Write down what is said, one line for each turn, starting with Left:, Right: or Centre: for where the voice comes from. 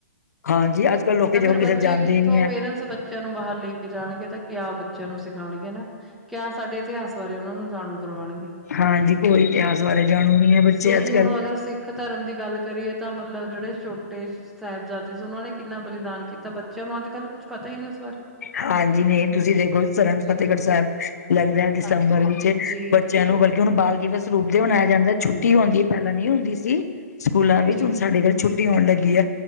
Left: ਹਾਂਜੀ ਅੱਜ ਕੱਲ੍ਹ ਲੋਕੀ
Centre: ਤਾਂ
Left: ਦੇਖੋ
Centre: ਫਿਰ
Left: ਕਿਸੇ
Centre: ਬੱਚੇ
Left: ਜਾਂਦੇ
Centre: ਕਿੱਥੋਂ
Left: ਹੀ ਨੀ ਹੈ
Centre: ਪੇਰੈਂਟਸ ਬੱਚਿਆਂ ਨੂੰ ਬਾਹਰ ਲਈ ਜਾਣਗੇ, ਤਾਂ ਕਿਆ ਬੱਚਿਆਂ ਨੂੰ ਸਿਖਾਉਣਗੇ ਨਾ ਕਿਆ ਸਾਡੇ ਇਤਿਹਾਸ ਬਾਰੇ ਉਹਨਾਂ ਨੂੰ ਜਾਣੂ ਕਰਵਾਉਣਗੇ
Left: ਹਾਂਜੀ ਕੋਈ ਇਤਿਹਾਸ ਬਾਰੇ ਜਾਣੂ ਨੀ ਹੈ ਬੱਚੇ,
Centre: ਤੁਸੀਂ
Left: ਅੱਜ
Centre: ਹੁਣ
Left: ਕੱਲ੍ਹ
Centre: ਅਗਰ ਸਿੱਖ ਧਰਮ ਦੀ ਗੱਲ ਕਰੀਏ ਤਾਂ ਮਤਲਬ ਜਿਹੜੇ ਛੋਟੇ ਸਾਹਿਬਜ਼ਾਦੇ ਸੀ ਉਹਨਾਂ ਨੇ ਕਿੰਨਾ ਬਲੀਦਾਨ ਕੀਤਾ ਬੱਚਿਆਂ ਨੂੰ ਅੱਜ- ਕੱਲ ਕੁੱਛ ਪਤਾ ਹੀ ਨਹੀਂ ਉਸ ਬਾਰੇ
Left: ਹਾਂਜੀ ਨਹੀਂ ਤੁਸੀਂ ਦੇਖੋ ਸਰਹੰਦ
Centre: ਜੀ
Left: ਫਤਿਹਗੜ੍ਹ ਸਾਹਿਬ ਲੱਗਦਾ ਦਿਸੰਬਰ
Centre: ਹਾਂਜੀ
Left: ਵਿੱਚ ਬ
Centre: ਜੀ
Left: ਬਚਿਆ ਨੂੰ ਬਲਕਿ ਹੁਣ ਬਾਲ ਦਿਵਸ ਰੂਪ ਦੇ ਮਨਾਇਆ ਜਾਂਦਾ
Centre: ਹਾਂਜੀ
Left: ਛੁੱਟੀ ਹੁੰਦੀ ਹੈ ਪਹਿਲਾਂ ਨਹੀ ਹੁੰਦੀ ਸੀ ਸਕੂਲਾਂ ਵਿੱਚ
Centre: ਜੀ
Left: ਹੁਣ ਸਾਡੇ ਫਿਰ ਛੁੱਟੀ ਹੋਣ ਲੱਗੀ ਆ,